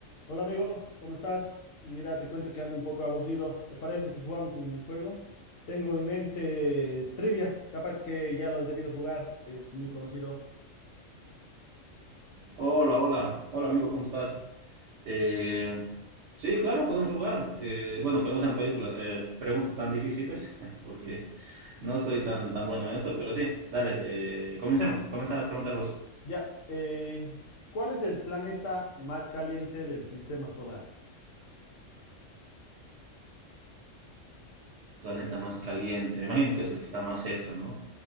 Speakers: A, on the left (about 70°); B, on the right (about 65°).
A: Hola amigo, ¿cómo estás? Mira, te cuento que ando un poco aburrido. ¿Te parece si jugamos un juego? Tengo en mente trivia, capaz que ya lo has debido jugar, es muy conocido.
B: Hola, hola, hola amigo, ¿cómo estás? Eh, sí, claro, podemos jugar. Eh, bueno, que no sean películas, eh, preguntas tan difíciles, <laughs> porque no soy tan, tan bueno en esto, pero sí, dale, eh, comencemos. Comienza a preguntar vos.
A: Ya, eh, ¿cuál es el planeta más caliente del sistema solar?
B: Planeta más caliente, me imagino que es el que está más cerca, ¿no?